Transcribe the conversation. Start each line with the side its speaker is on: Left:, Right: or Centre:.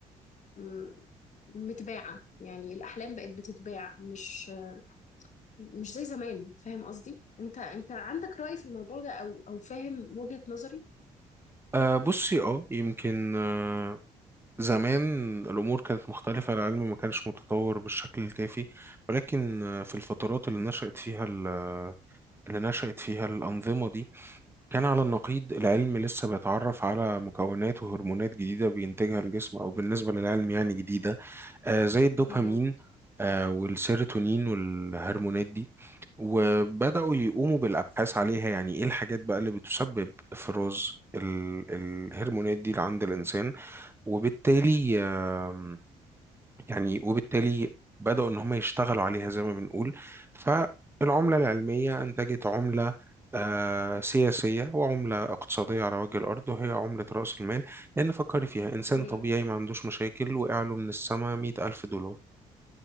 Left: م- متباعة يعني الأحلام بقت بتتباع مش مش زي زمان فاهم قصدي؟ أنت أنت عندك رأي في الموضوع ده أو أو فاهم وجهة نظري؟
Right: أه بصي اه يمكن أه زمان الأمور كانت مختلفة العلم ما كانش متطور بالشكل الكافي ولكن آه، في الفترات اللي نشأت فيها ال- اللي نشأت فيها الأنظمة دي كان على النقيض العلم لسه بيتعرف على مكونات وهرمونات جديدة بينتجها الجسم أو بالنسبة للعلم يعني جديدة آه، زي الدوبامين
Left: مهم.
Right: آه، والسيروتونين والهرمونات دي وبدأوا يقوموا بالأبحاث عليها يعني إيه الحاجات بقى اللي بتسبب إفراز ال- الهرمونات دي عند الإنسان وبالتالي آم، يعني وبالتالي بدأوا إن هم يشتغلوا عليها زي ما بنقول فالعملة العلمية أنتجت عملة آه، سياسية وعملة اقتصادية على وجه الأرض وهي عملة رأس المال لأن فكري فيها إنسان
Left: مم.
Right: طبيعي ما عندوش مشاكل وقع له من السما مئة ألف دولار